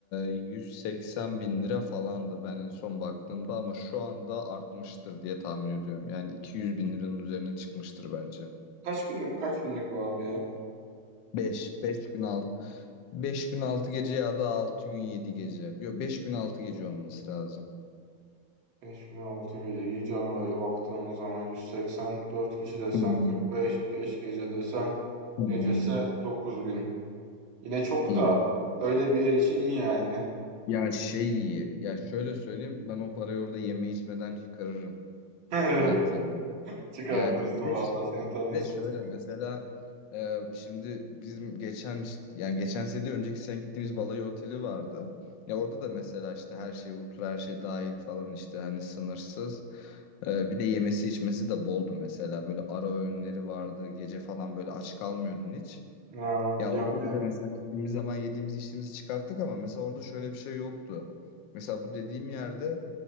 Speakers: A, on the left (about 70°); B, on the right (about 75°).
A: 180 bin lira falandı ben en son baktığımda ama şu anda artmıştır diye tahmin ediyorum. Yani 200 bin liranın üzerine çıkmıştır bence.
B: Kaç günlük kaç günlük bu abi ya?
A: Beş beş gün 6. beş gün 6 gece ya da 6 gün 7 gece. Yok 5 gün 6 gece olması lazım.
B: 5006 gece. İyi canım öyle baktığın zaman yüz seksen dört kişi desen
A: Hmm,
B: 45, 5 gece desen
A: Hı
B: gecesi
A: hı.
B: 9000. Yine çok
A: Hı
B: da
A: hı.
B: öyle bir yer için iyi yani.
A: Ya şey iyi. Ya şöyle söyleyeyim ben o parayı orada yeme içmeden çıkarırım.
B: <laughs>
A: Net yani.
B: Çıkartırsın
A: Yani bir de
B: valla seni tanıyorsan
A: Bir de şöyle
B: çıkart.
A: mesela e, şimdi bizim geçen işte- yani geçen sene değil, önceki sene gittiğimiz balayı oteli vardı. Ya orada da mesela işte her şey ultra her şey dahil falan işte hani sınırsız. E, bir de yemesi içmesi de boldu mesela böyle ara öğünleri vardı gece falan böyle aç kalmıyordun hiç.
B: Aa, biliyorum
A: Ya orada
B: biliyorum.
A: bir de mesela gittiğimiz zaman yediğimiz içtiğimizi çıkarttık ama mesela orada şöyle bir şey yoktu. Mesela bu dediğim yerde